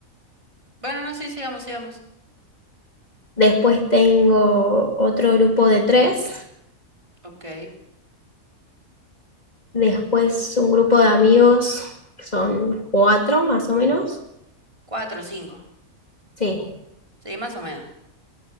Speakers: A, on the right (about 20°); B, on the left (about 30°).
A: bueno, no sé, sigamos, sigamos.
B: después tengo otro grupo de tres
A: Ok.
B: Después un grupo de amigos que son 4 más o menos.
A: 4, o 5.
B: Sí,
A: Sí, más o menos.